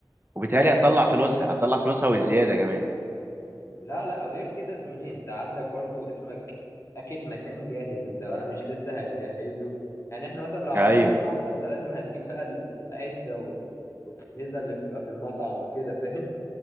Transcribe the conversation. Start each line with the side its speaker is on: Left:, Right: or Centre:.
Right: وبالتالي هتطلع فلوسها هتطلع فلوسها والزياده كمان
Left: لا لا غير كده زميلي انت عندك برضو اسمك اخد مكان جاهز انت بقى مش لسه هتجهزه يعني احنا مثلا لو عملنا
Right: ايوه
Left: مطعم فانت لازم هتجيب بقى العدة وال... والاجهزة اللي بتبقى في المطعم وكده فاهم